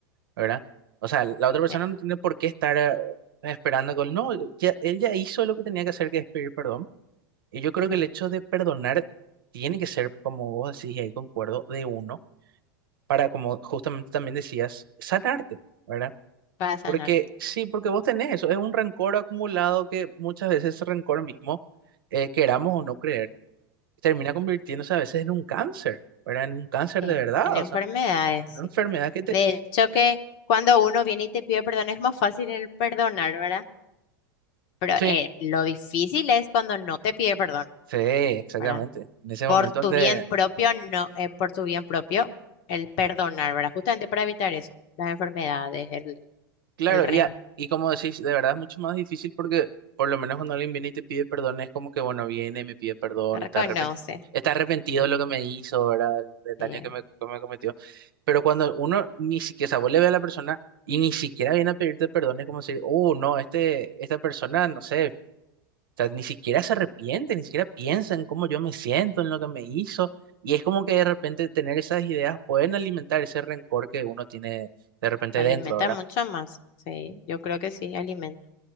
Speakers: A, on the right (about 75°); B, on the left (about 50°).
A: ¿verdad? O sea, la otra persona
B: sí,
A: no tiene por qué estar eh, esperando con, no, ya, él ya hizo lo que tenía que hacer, que es pedir perdón. Y yo creo que
B: sí,
A: el hecho de perdonar tiene que ser, como vos decís, y ahí concuerdo, de uno, para, como justamente también decías, sanarte, ¿verdad?
B: para sanar.
A: Porque sí, porque vos tenés eso, es un rencor acumulado que muchas veces ese rencor mismo, eh, queramos o no creer, termina convirtiéndose a veces en un cáncer, ¿verdad? En un cáncer
B: Sí,
A: de verdad,
B: en enfermedades,
A: o sea, en una
B: sí.
A: enfermedad que te...
B: De hecho que cuando uno viene y te pide perdón es más fácil el perdonar, ¿verdad? Pero
A: Sí.
B: eh, lo difícil es cuando no te pide perdón,
A: Sí, exactamente.
B: ¿verdad?
A: En ese
B: Por
A: momento
B: tu
A: donde
B: bien propio, no, eh, por tu bien propio, el perdonar, ¿verdad? Justamente para evitar eso, las enfermedades, el,
A: Claro,
B: el rencor.
A: y, a- y como decís, de verdad es mucho más difícil porque por lo menos cuando alguien viene y te pide perdón, es como que, bueno, viene, me pide perdón, está
B: Reconoce,
A: arrepentido, está arrepentido
B: sí,
A: de lo que me hizo, ¿verdad? Del, del daño
B: eh,
A: que me, que me cometió. Pero cuando uno ni siquiera, o sea, vos le ve a la persona y ni siquiera viene a pedirte perdón, es como decir, oh, no, este, esta persona, no sé, o sea, ni siquiera se arrepiente, ni siquiera piensa en cómo yo me siento, en lo que me hizo. Y es como que de repente tener esas ideas pueden alimentar ese rencor que uno tiene de repente
B: alimenta
A: dentro, ¿verdad?
B: mucho más, sí, yo creo que sí, alimenta.